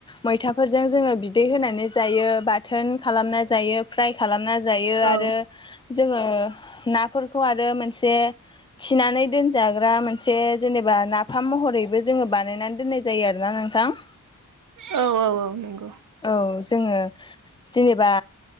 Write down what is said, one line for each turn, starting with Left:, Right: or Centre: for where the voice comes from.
Left: मैथाफोरजों जोङो बिदै होनानै जायो, बाथोन खालामना जायो, फ्राय खालामना जायो
Right: औ
Left: आरो जोङो नाफोरखौ आरो मोनसे थिनानै दोनजाग्रा मोनसे जेनेबा नाफाम महरैबो जोङो बानायनानै दोननाय जायो आरोना नोंथां।
Right: औ औ औ। नंगौ
Left: औ जोङो जेनेबा